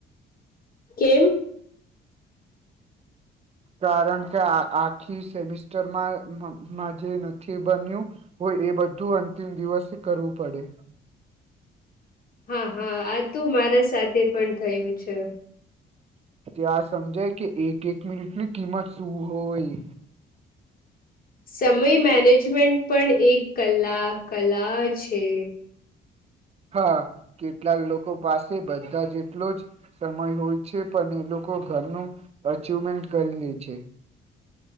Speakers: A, on the left; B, on the right.
A: કેમ?
B: કારણ કે આ આખી સેમિસ્ટરમાં મ માં જે નથી બન્યું હોય એ બધું અંતિમ દિવસે કરવું પડે.
A: હા હા આ તો મારા સાથે પણ થયું છે.
B: ત્યાં સમજાય કે એક એક મિનિટની કિંમત શું હોય.
A: સમય મેનેજમેન્ટ પણ એક કલા કલા છે.
B: હા કેટલા લોકો પાસે બધા જેટલો જ સમય હોય છે પણ એ લોકો ઘરનું અચવમેન્ટ કરી લે છે.